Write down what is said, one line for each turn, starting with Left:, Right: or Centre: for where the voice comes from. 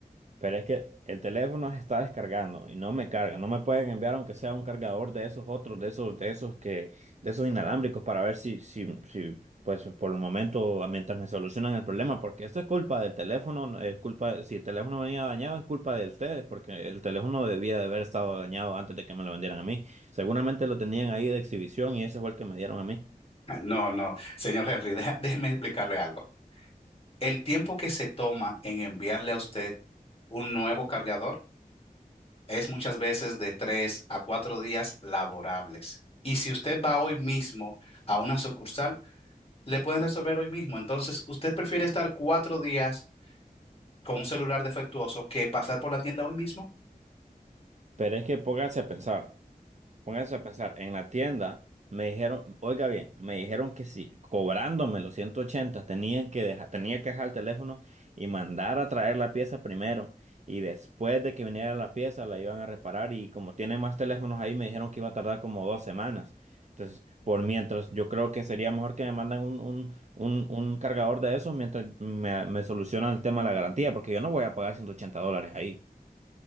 Right: Pero es que el teléfono se está descargando y no me carga. No me pueden enviar aunque sea un cargador de esos otros, de esos, de esos que, de esos inalámbricos para ver si, si, si, pues por el momento, ah, mientras me solucionan el problema, porque esto es culpa del teléfono, no es culpa, si el teléfono venía dañado es culpa de ustedes, porque el teléfono debía de haber estado dañado antes de que me lo vendieran a mí. Seguramente lo tenían ahí de exhibición y ese fue el que me dieron a mí.
Left: No, no, señor Henry, deja- déjeme explicarle algo. El tiempo que se toma en enviarle a usted un nuevo cargador es muchas veces de tres a cuatro días laborables. Y si usted va hoy mismo a una sucursal, le pueden resolver hoy mismo. Entonces, ¿usted prefiere estar cuatro días con un celular defectuoso que pasar por la tienda hoy mismo?
Right: Pero es que pónganse a pensar. Póngase a pensar, en la tienda me dijeron, oiga bien, me dijeron que si cobrándome los 180 tenían que dejar, tenía que dejar el teléfono y mandar a traer la pieza primero. Y después de que viniera la pieza la iban a reparar y como tienen más teléfonos ahí me dijeron que iba a tardar como dos semanas. Entonces, por mientras, yo creo que sería mejor que me mandan un, un, un, un cargador de esos mientras me, me solucionan el tema de la garantía, porque yo no voy a pagar 180 dólares ahí.